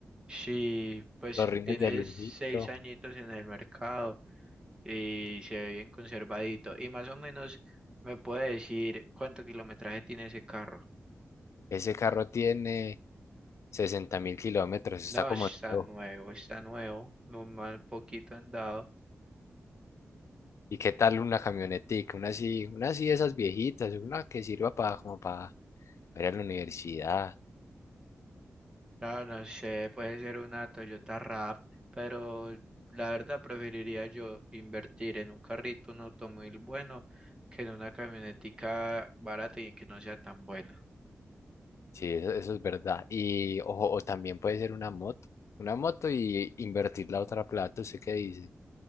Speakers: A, on the right (about 15°); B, on the left (about 75°).
A: Sí, pues
B: Los rines
A: tiene
B: de lujito.
A: seis añitos en el mercado. y se ve bien conservadito. Y más o menos me puede decir cuánto kilometraje tiene ese carro.
B: Ese carro tiene sesenta mil kilómetros, está
A: No,
B: como
A: está
B: nuevo.
A: nuevo, está nuevo, no mal poquito andado.
B: ¿Y qué tal una camionetica? Una así, una así de esas viejitas, una que sirva para como para ir a la universidad.
A: No, no sé, puede ser una Toyota Rap, pero la verdad preferiría yo invertir en un carrito, un automóvil bueno, que en una camionetica barata y que no sea tan buena.
B: Sí, eso, eso es verdad. Y ojo, o también puede ser una moto. Una moto y invertir la otra plata, ¿usted qué dice?